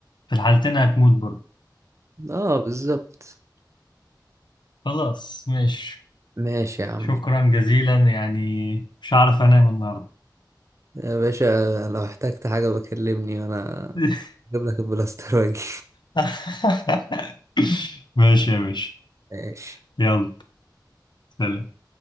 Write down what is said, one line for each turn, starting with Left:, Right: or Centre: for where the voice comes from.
Left: في الحالتين هتموت برضه
Right: اه بالظبط
Left: خلاص ماشي
Right: ماشي يا عم
Left: شكرا جزيلا يعني مش هعرف انام النهارده
Right: يا باشا لو احتجت حاجة بكلمني وانا
Left: <laughs>
Right: اجيب لك البلاستر واجي
Left: <laughs> ماشي يا باشا
Right: <laughs> ماشي
Left: يلا سلام